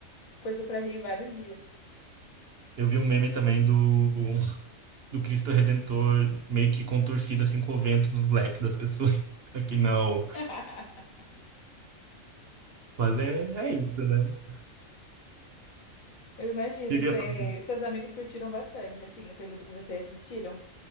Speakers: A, on the left (about 80°); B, on the right (about 50°).
A: coisa pra rir vários dias.
B: eu vi um meme também do do Cristo Redentor meio que contorcido assim com o vento dos leques das pessoas. <laughs> Eu fiquei, não.
A: <laughs>
B: Mas é, é isso, né? eu
A: Eu imagino,
B: Queria
A: você,
B: falar.
A: seus amigos curtiram bastante, assim, o período que vocês assistiram,